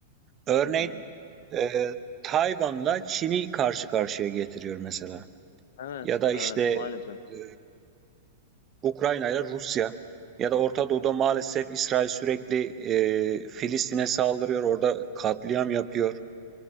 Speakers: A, on the right; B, on the left.
A: Örneğin
B: Hı hı.
A: e, Tayvan'la Çin'i karşı karşıya getiriyor mesela.
B: Evet,
A: Ya da
B: evet
A: işte
B: maalesef.
A: e, Ukrayna ile Rusya ya da Orta Doğu'da maalesef İsrail sürekli e, Filistin'e saldırıyor, orada katliam yapıyor.